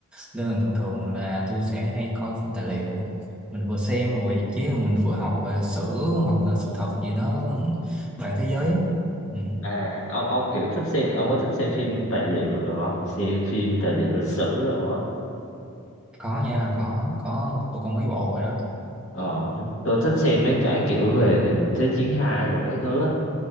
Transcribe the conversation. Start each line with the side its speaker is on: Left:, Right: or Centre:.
Centre: nên là thường thường là tôi sẽ hay coi phim tài liệu mình vừa xem vừa giải trí mình vừa học về lịch sử hoặc là sự thật gì đó ừ, toàn thế giới ừ.
Left: à ông ông kiểu thích xem ông có thích xem phim tài liệu được không xem phim tài liệu lịch sử đồ á
Centre: có nha có có tôi có mấy bộ rồi đó
Left: ờ tôi thích xem mấy cái kiểu về Thế chiến hai rồi cái thứ á